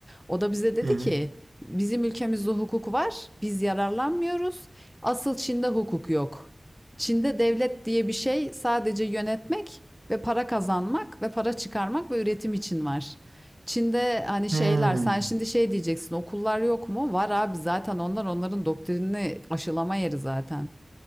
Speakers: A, in the centre; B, on the right.
A: o da bize dedi
B: Hı hı.
A: ki bizim ülkemizde hukuk var, biz yararlanmıyoruz. Asıl Çin'de hukuk yok. Çin'de devlet diye bir şey sadece yönetmek ve para kazanmak ve para çıkarmak ve üretim için var. Çin'de hani şeyler
B: Hmm.
A: sen şimdi şey diyeceksin okullar yok mu? Var abi zaten onlar onların doktrinini aşılama yeri zaten.